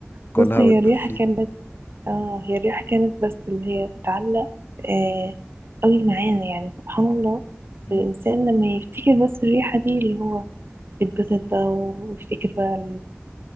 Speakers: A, on the left (about 50°); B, on the right (about 60°).
A: كلها
B: بص هي
A: وتدفيت
B: الريحة كانت اه هي الريحة كانت بس اللي هي بتعلق آه قوي معانا يعني سبحان الله
A: مم.
B: الإنسان لما يفتكر بس الريحة دي اللي هو بيتبسط بقى ويفتكر بقى ال-